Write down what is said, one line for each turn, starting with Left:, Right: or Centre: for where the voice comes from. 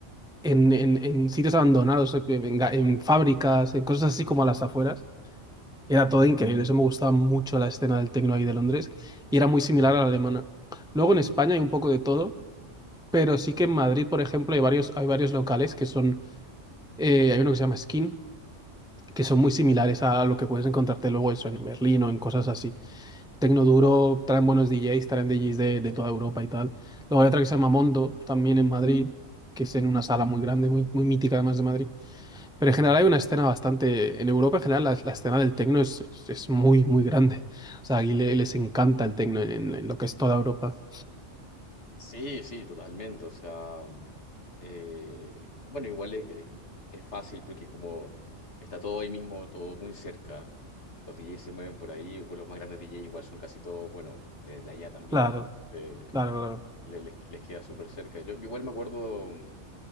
Centre: en, en, en sitios abandonados, en, en ga- en fábricas, en cosas así como a las afueras. Era todo increíble, eso me gustaba mucho la escena del techno ahí de Londres y era muy similar a la alemana. Luego en España hay un poco de todo. pero sí que en Madrid, por ejemplo, hay varios, hay varios locales que son, eh, hay uno que se llama Skin, que son muy similares a lo que puedes encontrarte luego eso en Berlín o en cosas así. Tecnoduro traen buenos DJs, traen DJs de, de toda Europa y tal. Luego hay otra que se llama Mondo, también en Madrid, que es en una sala muy grande, muy, muy mítica además de Madrid. Pero en general hay una escena bastante, en Europa en general la, la escena del tecno es, es es muy, muy grande. O sea, aquí le- les encanta el tecno en en lo que es toda Europa.
Left: Sí, sí, totalmente. O sea, mm, eh, bueno, igual es, eh, es fácil porque como está todo ahí mismo, todo muy cerca, los DJs se mueven por ahí, bueno, los más grandes DJs igual son casi todos, bueno, de, de allá también,
Centre: Claro,
Left: eh,
Centre: claro.
Left: le- les, les queda súper cerca. Yo, yo igual me acuerdo mm,